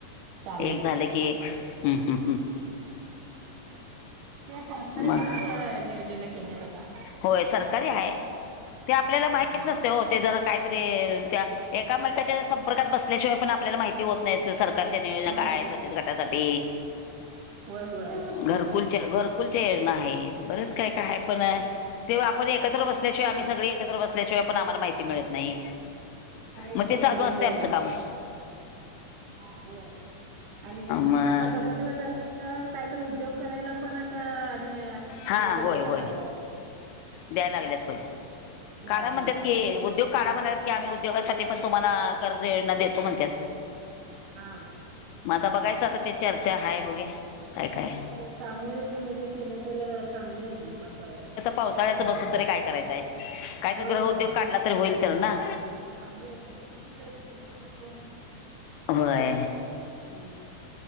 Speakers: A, on the right (about 75°); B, on the left (about 80°).
A: चालू
B: एक झालं की एक हम्
A: त्या सरकारी
B: मग
A: खूप नियोजन केल्यात आता
B: होय सरकारी आहे ते आपल्याला माहत
A: हा
B: नसते हो ते जरा काहीतरी त्या एकामेकाच्या संपर्कात बसल्याशिवाय पण आपल्याला माहिती होत नाही सरकारच्या नियोजना
A: माहित
B: काय आहेत बचत गटासाठी
A: होय होय
B: घरकुलच्या घरकुलच्या योजना आहेत बरेच काय काय पण तेव्हा आपण एकत्र बसल्याशिवाय
A: हा
B: आम्ही सगळी एकत्र बसल्याशिवाय पण आम्हाला माहिती मिळत नाही
A: माहित
B: मग ते
A: होत
B: चालू
A: नाही
B: असते
A: होय
B: आमचं काम
A: हा होय आणि
B: मग
A: आता बचत घटाला काहीत उद्योग करायला पण आता आणि
B: हा
A: हे करून
B: होय
A: द्याय
B: होय
A: लागलाय
B: द्याय लागल्यात होय
A: द्याय
B: का
A: लागल्यात
B: म्हणतात
A: आता
B: की
A: एक
B: उद्योग काढा म्हणात की आम्ही उद्योगासाठी पण तुम्हाला कर्ज देतो म्हणतात
A: हा.
B: मग आता बघायचं आता ते चर्चा हाय बघूया काय काय
A: होय सामूहिक मध्ये केलं तर चांगले य ते पण
B: पावसाळ्याच
A: नियोजन
B: बसून तरी काय करायचंय काही
A: होय
B: तर ग्रह
A: होय
B: उद्योग काढला तरी होईल तर ना.
A: हा हो तेवढेच बिल व्याज पैसे नतय.
B: होय.
A: हम्म